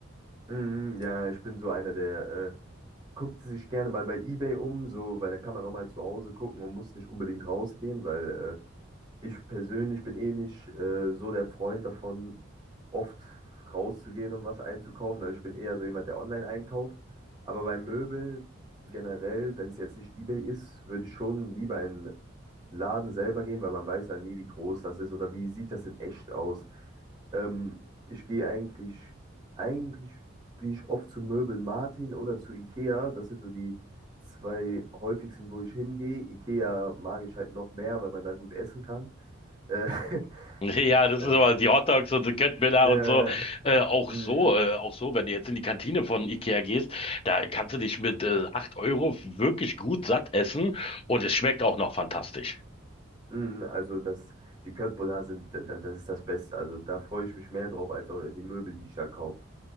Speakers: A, on the right (about 20°); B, on the left (about 25°).
A: Mm, ja, ich bin so einer, der äh, guckt sich gerne mal bei eBay um, so, weil dann kann man auch mal zu Hause gucken und muss nicht unbedingt rausgehen, weil äh, ich persönlich bin eh nicht äh, so der Freund davon, oft rauszugehen, um was einzukaufen. Also ich bin eher so jemand, der online einkauft. Aber bei Möbel generell, wenn es jetzt nicht eBay ist, würde ich schon lieber in den Laden selber gehen, weil man weiß ja nie, wie groß das ist oder wie sieht das in echt aus. Ähm, ich gehe eigentlich, eigentlich gehe ich oft zu Möbel Martin oder zu Ikea. Das sind so die zwei häufigsten, wo ich hingehe. Ikea mag ich halt noch mehr, weil man da gut essen kann. Äh, <laughs>
B: <laughs> Ja, das
A: ähm,
B: ist aber die Hotdogs und die Köttbullar
A: äh,
B: und so. Äh, auch
A: mm,
B: so, äh, auch so, wenn du jetzt in die Kantine von Ikea gehst, da kannst du dich mit äh, 8 Euro wirklich gut satt essen und es schmeckt auch noch fantastisch.
A: mm, also das, die Köttbullar sind, da- da- das ist das Beste. Also da freue ich mich mehr drauf als auch die Möbel, die ich da kaufe.